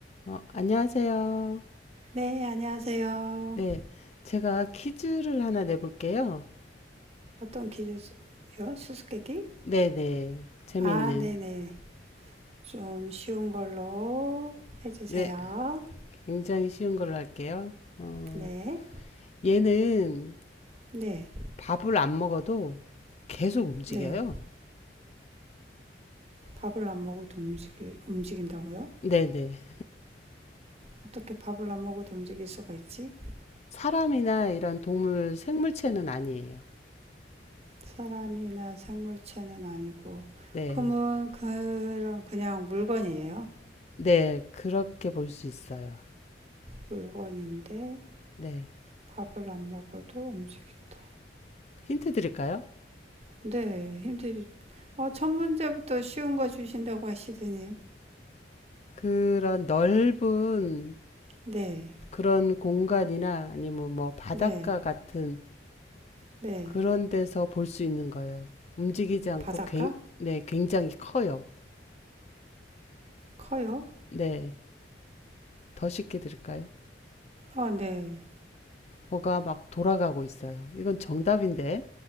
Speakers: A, on the left (about 35°); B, on the right (about 35°).
A: 어, 안녕하세요.
B: 네, 안녕하세요.
A: 네, 제가 퀴즈를 하나 내볼게요.
B: 어떤 퀴즈요? 수수께끼?
A: 네네, 재미있는.
B: 아, 네네. 좀 쉬운 걸로 해주세요.
A: 네, 굉장히 쉬운 걸로 할게요. 어,
B: 네,
A: 얘는
B: 네,
A: 밥을 안 먹어도 계속 움직여요.
B: 네. 밥을 안 먹어도 움직이, 움직인다고요?
A: 네네.
B: 어떻게 밥을 안 먹어도 움직일 수가 있지?
A: 사람이나 이런 동물 생물체는 아니에요.
B: 사람이나 생물체는 아니고,
A: 네,
B: 그러면 그런 그냥 물건이에요.
A: 네, 그렇게 볼 수 있어요.
B: 물건인데
A: 네,
B: 밥을 안 먹어도 움직인다.
A: 힌트 드릴까요?
B: 네, 힘들지. 어, 첫 문제부터 쉬운 거 주신다고 하시더니
A: 그런 넓은
B: 네,
A: 그런 공간이나 아니면 뭐 바닷가
B: 네,
A: 같은
B: 네.
A: 그런 데서 볼 수 있는 거예요. 움직이지 않고
B: 바닷가?
A: 굉, 네, 굉장히 커요.
B: 커요?
A: 네, 더 쉽게 드릴까요?
B: 어, 네.
A: 뭐가 막 돌아가고 있어요. 이건 정답인데,